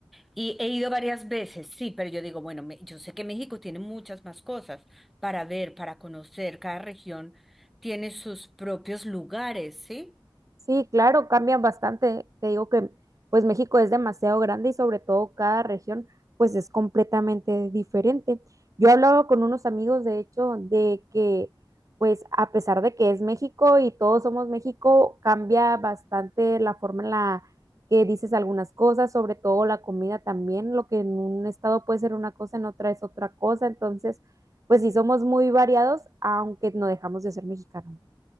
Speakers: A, in the centre; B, on the right.
A: Y he ido varias veces, sí, pero yo digo, bueno, me- yo sé que México tiene muchas más cosas para ver, para conocer, cada región tiene sus propios lugares, ¿sí?
B: Sí, claro, cambian bastante. Te digo que pues México es demasiado grande y sobre todo cada región pues es completamente diferente. Yo hablaba con unos amigos de hecho de que pues a pesar de que es México y todos somos México, cambia bastante la forma en la que dices algunas cosas, sobre todo la comida también, lo que en un estado puede ser una cosa, en otra es otra cosa. Entonces, pues sí somos muy variados, aunque no dejamos de ser mexicanos.